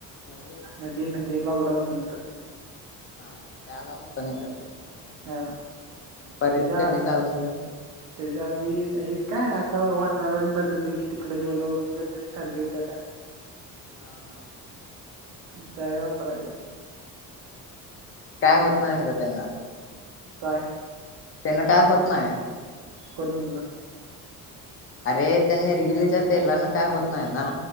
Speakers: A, on the left; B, on the right.
A: नववीत
B: मध्ये म्हणजे
A: दहावीत
B: लॉकडाऊन नंतर
A: हा मग त्यालाच आपण एकत्र होतो ना
B: हा
A: मग परत
B: त्याच्या
A: कधी चालू झालं
B: त्याच्या आधी म्ह काय आता वातावरण बदललंय की तिकडे गेलो वगैरे सर्दी होत्या सारखं हम
A: हां हां
B: पयल <unintelligible>
A: काय होत नाही खरं त्यांना
B: काय?
A: त्यांना काय होत नाहीय
B: कोण म्हणलं
A: अरे त्यांनी निलगिच्या तेला ना काय होत नाही ना?